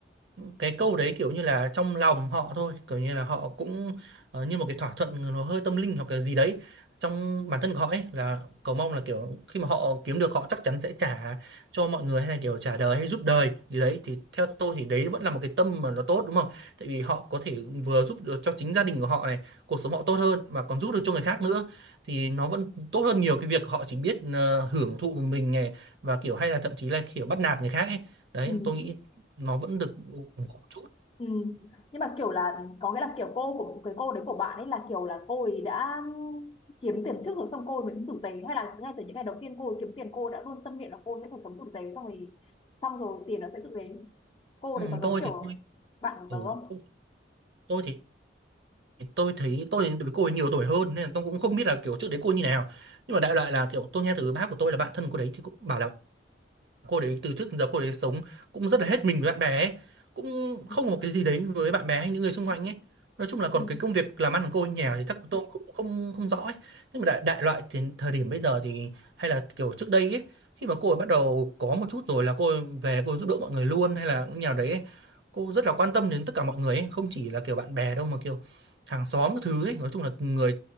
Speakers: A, on the right (about 65°); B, on the left (about 25°).
A: cái câu đấy kiểu như là trong lòng họ thôi kiểu như là họ cũng ờ, như một cái thỏa thuận nó hơi tâm linh hoặc cái gì đấy trong bản thân của họ ấy là cầu mong là kiểu khi mà họ kiếm được họ chắc chắn sẽ trả cho mọi người hay là kiểu trả đời hay giúp đời gì đấy thì theo tôi thì đấy vẫn là một cái tâm mà nó tốt đúng không tại vì họ có thể vừa giúp được cho chính gia đình của họ này cuộc sống họ tốt hơn mà còn giúp được cho người khác nữa thì nó vẫn tốt hơn nhiều cái việc họ chỉ biết ờ, hưởng thụ một mình này và kiểu hay là thậm chí là kiểu bắt nạt người khác ấy đấy
B: Ừ.
A: tôi nghĩ nó vẫn được ủng hộ một chút
B: Ừ. Nhưng mà kiểu là có nghĩa là kiểu cô của cái cô đấy của bạn ấy là kiểu là cô ấy đã kiếm tiền trước rồi xong cô ấy mới sống tử tế hay là ngay từ những ngày đầu tiên cô ấy kiếm tiền cô đã luôn tâm niệm là cô sẽ phải sống tử tế xong rồi xong rồi tiền nó sẽ tự đến cô
A: ừ,
B: đấy có giống
A: tôi
B: kiểu
A: thì tôi,
B: bạn của
A: ừ,
B: tớ không?
A: tôi tôi thì tôi thấy tôi thì với cô ấy nhiều tuổi hơn nên là tôi cũng không biết là kiểu trước đấy cô như nào nhưng mà đại loại là kiểu tôi nghe từ bác của tôi là bạn thân cô đấy thì cũng bảo là cô đấy từ trước đến giờ cô đấy sống cũng rất là hết mình với bạn bè ấy. cũng
B: Ừ.
A: không có một cái gì đấy với bạn bè hay những người xung quanh ấy nói chung là còn
B: Ừ.
A: cái công việc làm ăn của cô ở nhà thì chắc tôi cũng không không rõ ấy. nhưng mà đại, đại loại thì thời điểm bây giờ thì hay là kiểu trước đây ấy khi mà cô ấy bắt đầu có một chút rồi là cô ấy về cô ấy giúp đỡ mọi người luôn hay là nhà đấy ấy. cô rất là quan tâm đến tất cả mọi người ấy. không chỉ là kiểu bạn bè đâu mà kiểu hàng xóm cái thứ ấy nói chung là người